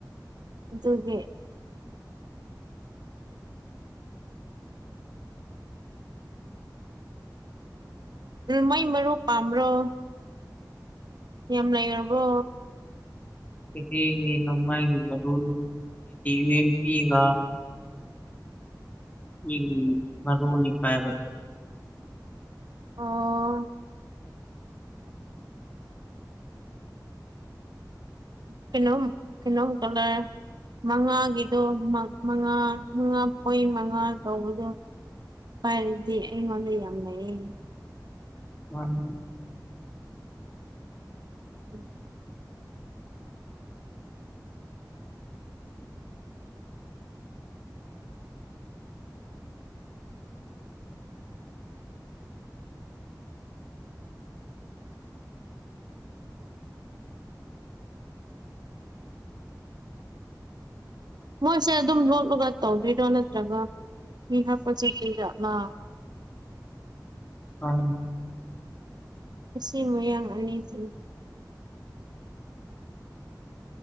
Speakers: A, on the right (about 70°); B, on the left (about 20°).
A: ꯑꯗꯨꯒꯤ ꯃꯩ ꯃꯔꯨ ꯄꯥꯝꯕꯔꯣ ꯌꯥꯝ ꯂꯩ ꯔꯕꯣ
B: ꯀꯒꯤ ꯅꯣꯡꯃꯥꯏꯒꯤꯗꯨ ꯌꯨꯦꯝ ꯄꯤꯒ ꯎ ꯃꯔ ꯔꯣꯅꯤ ꯐꯥꯏꯕ
A: ꯑꯣ ꯀꯩꯅꯣ ꯀꯩꯅꯣ ꯆꯂ ꯃꯉꯥꯒꯤꯗꯣ ꯃꯉꯥ ꯃꯉꯥ ꯄꯣꯏ ꯃꯉꯥ ꯇꯧꯕꯗꯣ ꯄꯔꯔꯗꯤ ꯑꯩꯉꯣꯟꯗ ꯌꯦꯃꯦꯂꯦ
B: ꯎꯝ
A: ꯎꯝ ꯃꯣꯏꯁꯦ ꯑꯗꯨꯝ ꯂꯣꯂꯒ ꯇꯧꯗꯣꯏꯔꯣ ꯅꯠꯇ꯭ꯔꯒ ꯃꯤꯍꯄꯣ ꯆꯦꯀꯤꯗꯃ
B: ꯍ
A: ꯑꯁꯤ ꯃꯌꯥꯡ ꯑꯅꯤꯁꯤ